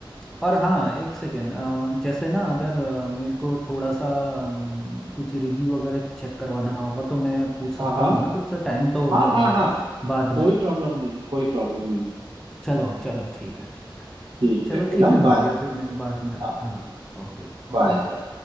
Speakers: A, in the centre; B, on the right.
A: और हाँ एक सेकेंड जैसे ना अगर अ, मेरे को थोड़ा सा अम, कुछ रिव्यू वगैरह चेक करवाना होगा तो मैं पूछ सकता
B: हाँ हाँ
A: हूँ ना तुमसे टाइम तो होगा
B: हाँ
A: तुम्हारे
B: हाँ हाँ
A: पास बाद में
B: कोई प्रॉब्लम नहीं कोई प्रॉब्लम नहीं
A: चलो चलो ठीक है ठीक है
B: ठीक
A: चलो
B: है फिर
A: ठीक
B: हाँ
A: है
B: बाय
A: भैया फिर मैं बाद में
B: हाँ
A: हाँ ओके
B: बाय
A: Okay bye